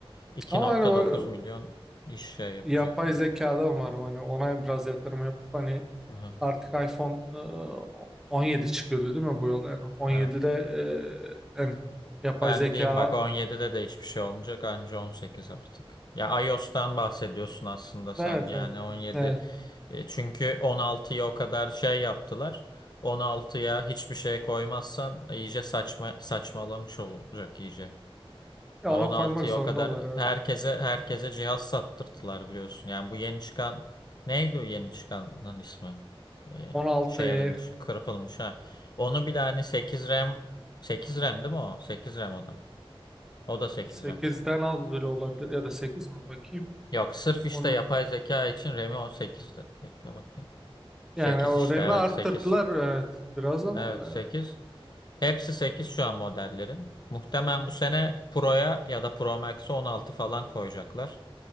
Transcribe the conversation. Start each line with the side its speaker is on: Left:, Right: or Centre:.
Left: iki
Centre: Ama
Left: nokta
Centre: hani bak,
Left: dokuz milyon iş şey yapacak
Centre: e, yapay
Left: falan.
Centre: zekada umarım hani ona biraz yatırım yapıp hani
Left: Aha.
Centre: artık iPhone e, 17 çıkıyordu değil mi bu yıl? Yani 17'de
Left: Evet.
Centre: e, yani yapay
Left: Ben
Centre: zeka
Left: diyeyim bak 17'de de hiçbir şey olmayacak anca 18 artık. Ya iOS'tan bahsediyorsun aslında sen
Centre: Evet,
Left: yani
Centre: evet.
Left: 17.
Centre: Evet.
Left: E, Çünkü on altıya o kadar şey yaptılar. on altıya hiçbir şey koymazsan iyice saçma saçmalamış olacak iyice.
Centre: Ya
Left: Ya
Centre: ona
Left: on altıya
Centre: koymak zorundalar.
Left: o kadar
Centre: Evet.
Left: herkese herkese cihaz sattırttılar biliyorsun. Yani bu yeni çıkan neydi o yeni çıkanın ismi? E,
Centre: 16
Left: şey
Centre: e,
Left: edilmiş, kırpılmış ha. Onu bile hani sekiz RAM sekiz RAM değil mi o? sekiz RAM o da. O da sekiz
Centre: 8'den
Left: RAM.
Centre: az bile olabilir ya da 8 mi bakayım
Left: Yok sırf işte
Centre: ona.
Left: yapay zeka için RAM'i 18'di. Bekle bakayım. sekiz
Centre: Yani o
Left: işte
Centre: RAM'i
Left: evet
Centre: arttırdılar
Left: sekiz
Centre: evet, biraz ama
Left: Evet 8.
Centre: e,
Left: Hepsi 8 şu an modellerin. Muhtemelen bu sene Pro'ya ya da Pro Max'e 16 falan koyacaklar.